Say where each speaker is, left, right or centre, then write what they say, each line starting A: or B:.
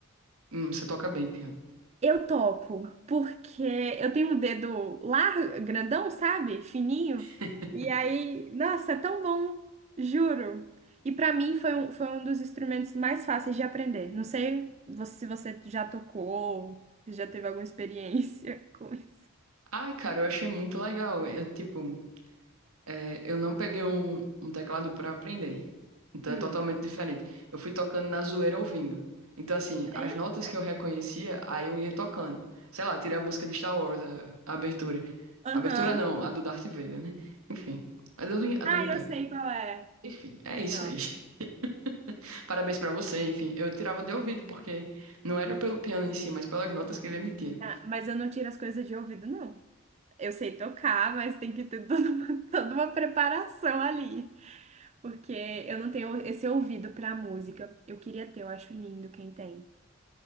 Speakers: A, on the right; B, on the right.
A: hum, você toca bem piano.
B: Eu toco, porque eu tenho um dedo largo, grandão, sabe? Fininho.
A: <laughs>
B: E aí, nossa, é tão bom, juro. E pra mim foi um, foi um dos instrumentos mais fáceis de aprender. Não sei vo- se você já tocou, se já teve alguma experiência <laughs> com isso.
A: Ai, cara, eu achei muito legal. Eu, tipo. É, eu não peguei um, um teclado para aprender. Então
B: Hum.
A: é totalmente diferente. Eu fui tocando na zoeira ouvindo. Então, assim, as
B: Ei.
A: notas que eu reconhecia, aí eu ia tocando. Sei lá, tirei a música de Star Wars, a, a abertura.
B: Aham.
A: Abertura não, a do Darth Vader, né? Enfim, a do, a
B: Ah,
A: do Império.
B: eu sei qual é.
A: Enfim, é
B: Não.
A: isso aí. <laughs> Parabéns pra você, enfim. Eu tirava de ouvido, porque não era pelo piano em si, mas pelas notas que ele emitia.
B: Ah, Mas eu não tiro as coisas de ouvido, não. Eu sei tocar, mas tem que ter toda uma, <laughs> toda uma preparação ali. Porque eu não tenho esse ouvido pra música. Eu queria ter, eu acho lindo quem tem.